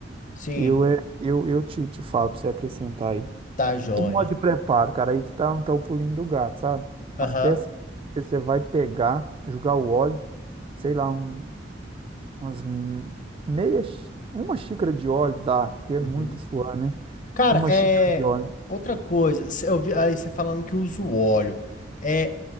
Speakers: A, on the left; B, on the right.
A: Sim,
B: eu, é, eu, eu te, te falo pra você acrescentar aí.
A: tá joia.
B: O modo de preparo, cara, aí que tá, tá o pulinho do gato, sabe?
A: Aham.
B: As peças que você vai pegar, jogar o óleo, sei lá, um umas m- meia, xí- uma xícara de óleo dá, porque é
A: Uhum.
B: muito suor, né?
A: Cara,
B: Uma
A: é
B: xícara de óleo.
A: outra coisa. cê- Eu vi aí você falando que usa o óleo. É,